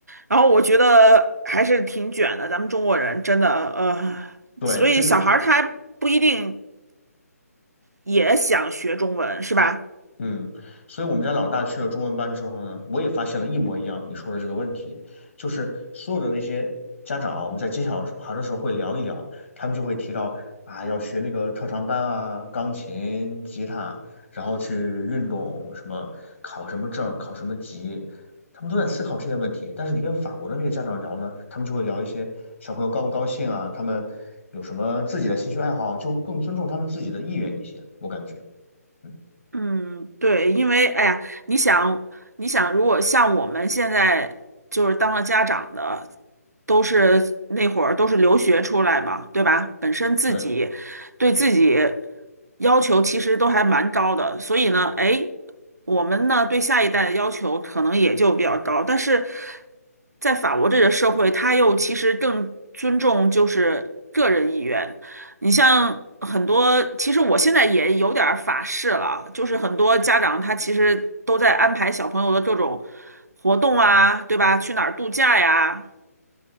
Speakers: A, on the right; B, on the left.
A: 然后我觉得还是挺卷的，咱们中国人真的，呃，
B: 对，
A: 所以小孩儿他不一定
B: 这个。
A: 也想学中文，是吧？
B: 嗯，所以我们家老大去了中文班之后呢，我也发现了一模一样你说的这个问题，就是所有的那些家长啊，我们在接小孩的时候会聊一聊，他们就会提到啊，要学那个特长班啊，钢琴、吉他，然后去运动，什么考什么证、考什么级，他们都在思考这些问题。但是你跟法国的那个家长聊呢，他们就会聊一些小朋友高不高兴啊，他们有什么自己的兴趣爱好，就更尊重他们自己的意愿一些，我感觉。嗯，
A: 嗯，对，因为哎呀，你想，你想，如果像我们现在就是当了家长的，都是那会儿都是留学出来嘛，对吧？本身自己对自己
B: 对，
A: 要求其实都还蛮高的，所以呢，哎，我们呢对下一代的要求可能也就比较高，但是在法国这个社会，他又其实更尊重就是个人意愿。你像很多，其实我现在也有点儿法式了，就是很多家长他其实都在安排小朋友的各种活动啊，对吧？去哪儿度假呀，